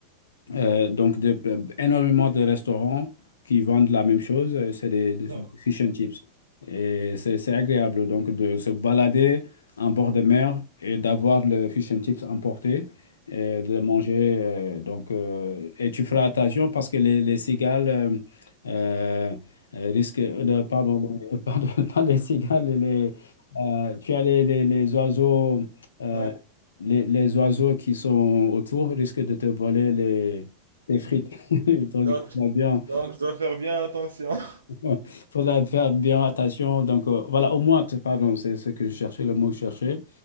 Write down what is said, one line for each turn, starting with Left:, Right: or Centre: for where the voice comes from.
Left: euh, donc, de- euh, énormément de restaurants qui vendent la même chose, euh, c'est des, des-
Right: d'accord,
Left: des fish and
Right: ouais.
Left: chips. Et c'est c'est agréable, donc, de se balader en bord de mer et d'avoir le fish and chips emporté, et de le manger. euh, donc, euh, et tu feras attention parce que les, les cigales euh, euh, euh, risquent de... Pardon, <laughs> pardon, pas les cigales, les, euh, tu as les, les, les oiseaux... euh,
Right: Ouais.
Left: les, les oiseaux qui sont autour risquent de te voler les, des frites. <laughs> Donc,
Right: Donc,
Left: il faudra bien,
Right: donc, je dois faire bien attention. <laughs>
Left: <laughs> faudra faire bien attention. Donc, euh, voilà, aux mouettes, pardon, c'est ce que je cherchais, le mot que je cherchais.